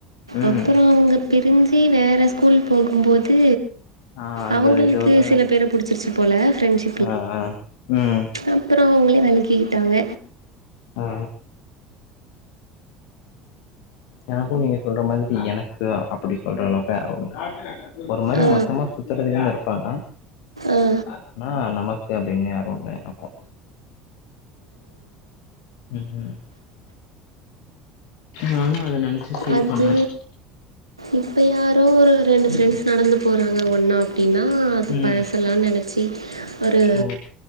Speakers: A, on the left; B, on the right.
A: ம்
B: அப்பறோ அவுங்க பிரிஞ்சு வேற ஸ்கூல் போகும்போது
A: ஆ அந்த
B: அவுங்களுக்கு
A: இதோட
B: சில பேர புடுச்சிருச்சு போல ஃப்ரெண்ட்ஷி
A: ஆ ஆ ம்
B: அப்பறோ அவுங்களே வெளகிக்கிட்டாங்க
A: ஆ எனக்கு நீங்க சொல்ற மாதிரி எனக்கு அப்டி சொல்ற அளவுக்கு யாரு இல்ல ஒரு மாரி
B: அ,
A: மொத்தமா சுத்ததுக்குன்னு இருப்பாங்க
B: அ.
A: ஆனா நமக்கு அப்டினு யாரு இல்ல எனக்கு ம் ம் நானு அத நெனச்சு ஃபீல்
B: அது
A: பண்ணேன்
B: இப்ப யாரோ ஒரு ரெண்டு ஃப்ரெண்ட்ஸ் நடந்து போறாங்க ஒன்னா அப்டின்னா அது
A: ம்
B: பழசலா நெனச்சி ஒரு
A: ஓ